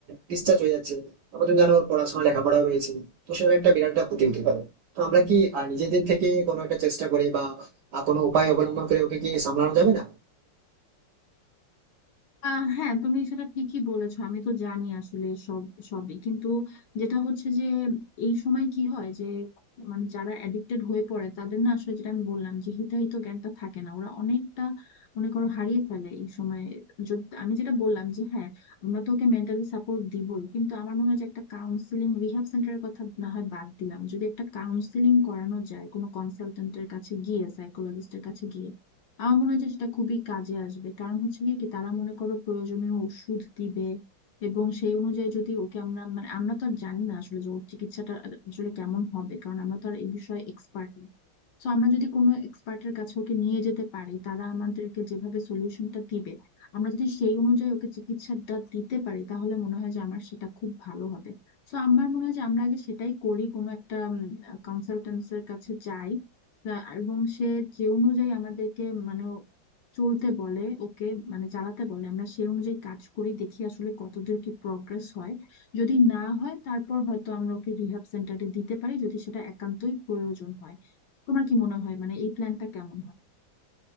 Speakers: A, on the right; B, on the left.
A: ডিসচার্জ হয়ে যাচ্ছে আবার তুমি জানো ওর পড়াশোনা লেখাপড়া রয়েছে তো সেটা একটা বিরাট একটা ক্ষতি হতে পারে তো আমরা কি আহ, নিজেদের থেকে কোনো একটা চেষ্টা করে বা আহ, কোনো উপায় অবলম্বন করে ওকে কি সামলানো যাবে না
B: আহ হ্যাঁ তুমি সেটা ঠিকই বলেছো আমি তো জানি আসলে সব সবই কিন্তু যেটা হচ্ছে যে এই সময় কি হয় যে মানে যারা এডিক্টেড হয়ে পড়ে তাদের না আসলে যেটা আমি বললাম যে হিতাহিত জ্ঞানটা থাকে না ওরা অনেকটা মনে করো হারিয়ে ফেলে এই সময় যদি আমি যেটা বললাম যে হ্যাঁ আমরা তো ওকে মেন্টালি সাপোর্ট দিবই কিন্তু আমার মনে হয় যে একটা কাউন্সিলিং রিহ্যাব সেন্টারের কথা না হয় বাদ দিলাম যদি একটা কাউন্সিলিং করানো যায় কোনো কনসালটেন্টের কাছে গিয়ে সাইকোলজিস্টের কাছে গিয়ে আমার মনে হয় যে সেটা খুবই কাজে আসবে কারণ হচ্ছে গিয়ে কি তারা মনে করো প্রয়োজনীয় ওষুধ দিবে এবং সেই অনুযায়ী যদি ওকে আমরা মানে আমরা তো আর জানি না আসলে যে ওর চিকিৎসাটা আসলে কেমন হবে কারণ আমরা তো আর এই বিষয়ে এক্সপার্ট তো আমরা যদি কোনো এক্সপার্টের কাছে ওকে নিয়ে যেতে পারি তারা আমাদেরকে যেভাবে সলিউশনটা দিবে আমরা যদি সেই অনুযায়ী ওকে চিকিৎসাটা দিতে পারি তাহলে মনে হয় যে আমার সেটা খুব ভালো হবে তো আমার মনে হয় যে আমরা আগে সেটাই করি কোনো একটা কনসালটেন্সের কাছে যাই তা- এবং সে যে অনুযায়ী আমাদেরকে মানে চলতে বলে ওকে মানে চালাতে বলে আমরা সেই অনুযায়ী কাজ করি দেখি আসলে কতদূর কি প্রগ্রেস হয় যদি না হয় তারপর হয়তো আমরা ওকে রিহ্যাব সেন্টারে দিতে পারি যদি সেটা একান্তই প্রয়োজন হয় তোমার কি মনে হয় মানে এই প্ল্যানটা কেমন হয়